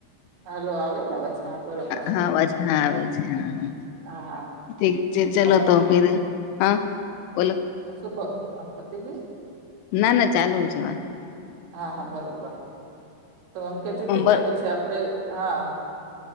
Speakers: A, on the right; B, on the left.
A: હાલો આવે ને અવાજ હા બરોબર
B: હા અવાજ હા આવે છે હા
A: હા હા
B: ઠીક છે ચલો
A: પણ
B: તો <unintelligible> હા બોલો
A: શું કો આ પતી ગઈ
B: ના ના ચાલું છે, વાત
A: હા હા બરોબર તો, એમ કેતી હતી,
B: બર
A: કે પછી આપડે હા